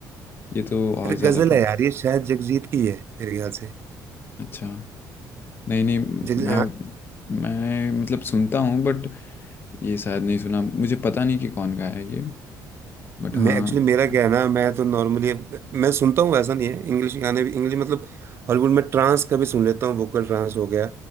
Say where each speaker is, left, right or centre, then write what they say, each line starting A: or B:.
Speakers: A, on the left (about 30°); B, on the right (about 35°).
A: ये तो और
B: अरे
A: ज़्यादा
B: गजल
A: पुराना
B: है यार ये शायद जगजीत की है मेरे ख्याल से
A: अच्छा नहीं नहीं
B: जग
A: मैं मैं मतलब सुनता हूँ बट ये शायद नहीं सुना मुझे पता नहीं कि कौन गाया है ये बट
B: मैं
A: हाँ
B: एक्चुअली मेरा क्या है ना मैं तो नॉर्मली मैं सुनता हूँ ऐसा नहीं है इंग्लिश गाने भी इंग्लिश मतलब हॉलीवुड में ट्रांस कभी सुन लेता हूँ वोकल ट्रांस हो गया